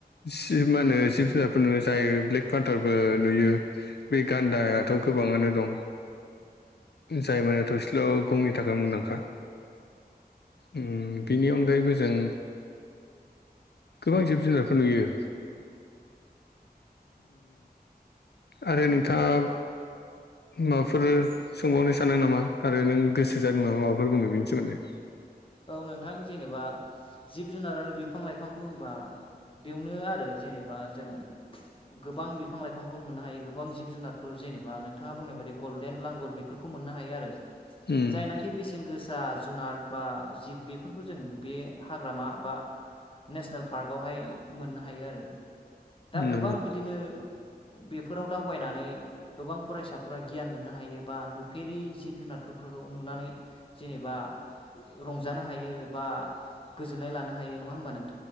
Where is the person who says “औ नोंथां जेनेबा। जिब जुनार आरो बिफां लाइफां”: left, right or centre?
Left